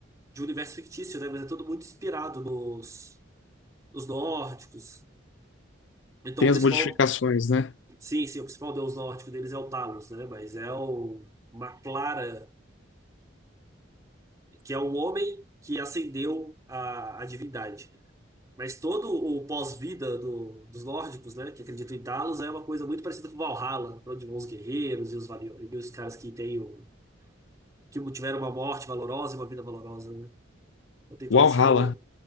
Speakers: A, on the right (about 15°); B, on the left (about 70°).
A: de um universo fictício, né? Mas é tudo muito inspirado nos, nos nórdicos. Então,
B: Tem
A: o principal,
B: as modificações, né?
A: sim, sim, o principal deus nórdico deles é o Talos, né? Mas é o, uma Clara, que é o homem que ascendeu a, a divindade. Mas todo o pós-vida do- dos nórdicos, né, que acreditam em Talos, é uma coisa muito parecida com Valhalla, para onde vão os guerreiros e os, valio- e os caras que têm o- que tiveram uma morte valorosa e uma vida valorosa, né? Então tem todo
B: Walhalla.
A: esse rolê.